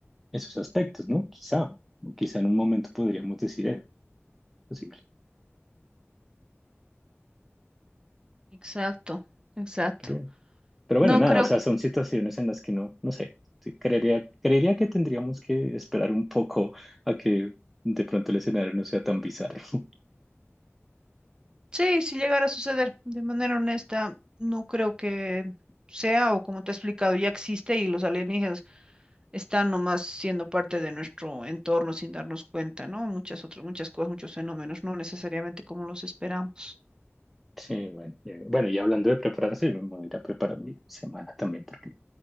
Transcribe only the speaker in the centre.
esos aspectos, ¿no? Quizá, o quizá en un momento podríamos decir eso, posible.
Pero, pero
bueno, nada,
o sea, son situaciones en las que no, no sé, sí, creería, creería que tendríamos que esperar un poco a que de pronto el escenario no sea tan bizarro. <laughs>
Sí, bueno, eh, bueno, y hablando de prepararse, yo me voy a ir a preparar mi semana también, porque